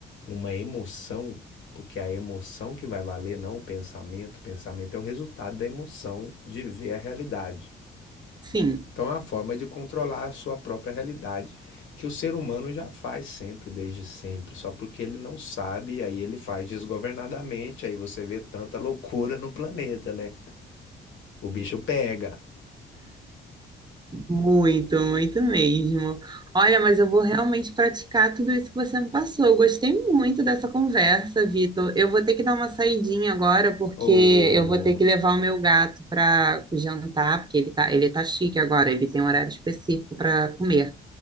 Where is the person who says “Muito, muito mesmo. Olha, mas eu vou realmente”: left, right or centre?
Right